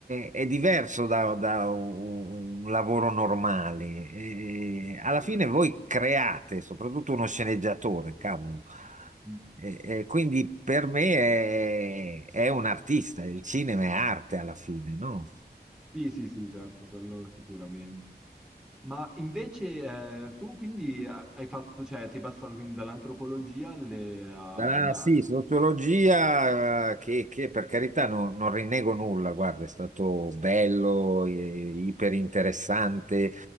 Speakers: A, on the right; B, in the centre.
A: è- è diverso da, da un un lavoro normale. E alla
B: Sì,
A: fine voi
B: sì, sì.
A: create, soprattutto uno sceneggiatore, cavolo.
B: Mm.
A: E- e quindi per me è, è un artista, il cinema è arte alla fine, no?
B: Sì, sì, sì, certo, quello sicuramente. Ma invece eh, tu quindi hai fatto, cioè sei passato quindi dall'antropologia alle, a
A: Ah,
B: una...
A: sì, sociologia eh, che, che, per carità non, non rinnego nulla, guarda, è stato bello, i- iper interessante,